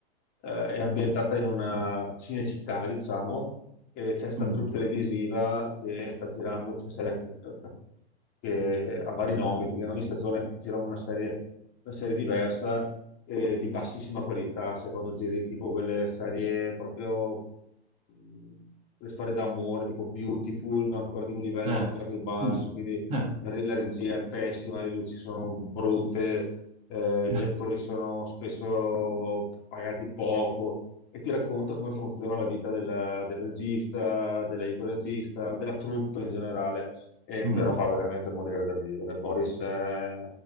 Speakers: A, on the left; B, on the right.
A: eh, è ambientata in una cinecittà, diciamo, e c'è sta
B: Mm.
A: troupe televisiva che sta girando questa serie che, che ha vari nomi, perché ogni stagione girano una serie, una serie diversa eh, di bassissima qualità, se quando giri tipo quelle serie proprio... mh, Le storie d'amore tipo Beautiful, ma ancora di un livello
B: Eh.
A: ancora più basso,
B: Mm.
A: quindi
B: Eh.
A: la re- la regia è pessima, le luci sono brutte, eh,
B: <laughs>
A: gli attori sono spesso pagati poco e ti racconta come funziona la vita della- del regista, dell'aiuto regista, della troupe in generale, e
B: Mm.
A: però fa veramente morire da ridere. Boris è,